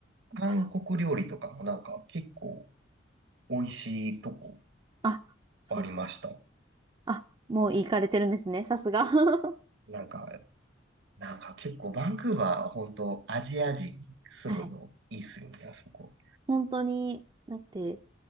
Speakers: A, on the right; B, on the right.
A: 韓国料理とかもなんか結構
B: だから、
A: 美味しいとこ
B: あ、そうそう。
A: ありました。
B: あ、もう行かれてるんですね、さすが。<laughs>
A: なんか、なんか結構バンクーバーは本当アジア人住むのいいっすよね、
B: はい。
A: あそこ。
B: 本当に、だって、